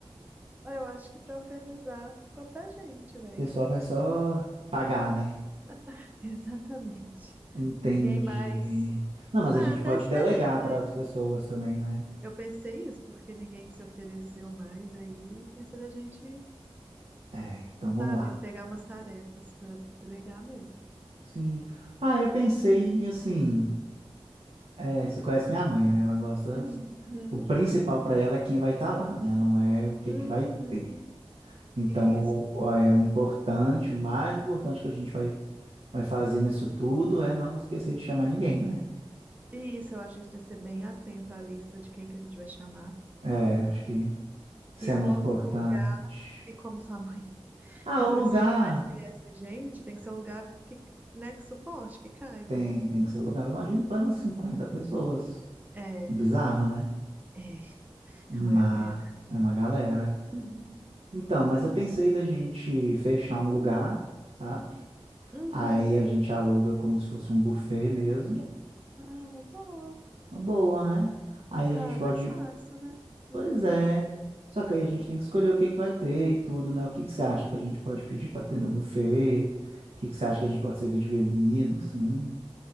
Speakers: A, on the right; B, on the right.
A: Ah, Eu acho que pra organizar ficou pra gente, velho.
B: pessoal vai só pagar, né?
A: <laughs> Exatamente.
B: Entendi.
A: Ninguém mais.
B: Não, mas
A: Ah,
B: a gente
A: eu até
B: pode
A: esperei,
B: delegar
A: mas
B: para as pessoas também, né?
A: eu pensei isso, porque ninguém se ofereceu mais. Aí pensei da gente,
B: É, então vamos
A: sabe,
B: lá.
A: pegar umas tarefas pra delegar mesmo.
B: Sim. Ah, eu pensei assim. é, você conhece minha mãe, né? Ela gosta.
A: Uhum.
B: O principal
A: <laughs>
B: para ela é quem vai estar lá, né? Não é o que
A: Uhum.
B: que vai ter. Então,
A: Isso.
B: o, é, o importante, o mais importante que a gente vai, vai fazer nisso tudo é não esquecer de chamar ninguém, né?
A: E isso, eu acho que a gente tem que ser bem atento à lista de quem que a gente vai chamar.
B: É, acho que isso
A: E
B: é
A: um,
B: muito
A: lo-
B: importante.
A: um lugar, e como sua mãe <laughs>
B: Ah,
A: é
B: o
A: a
B: lugar
A: pessoa que mais conhece gente, tem que ser um lugar que, né, que suporte, que caiba.
B: tem, tem que ser o lugar. Eu imagino que vai umas 50 pessoas.
A: É,
B: Bizarro, né?
A: é,
B: Mas
A: é uma galera.
B: é uma galera.
A: Uhum.
B: Então, mas eu pensei da gente fechar um
A: Hum,
B: lugar, sabe?
A: Uhum.
B: Aí a gente aluga como se fosse um buffet mesmo.
A: Ah, boa.
B: Uma boa, né? Aí a
A: Ah,
B: gente pode
A: mais fácil, né?
B: Pois
A: Uhum.
B: é. Só que aí a gente tem que escolher o que que vai ter e tudo, né? O que que você acha que a gente pode pedir para ter no buffet? O que que você acha que a gente pode servir de bebida, assim?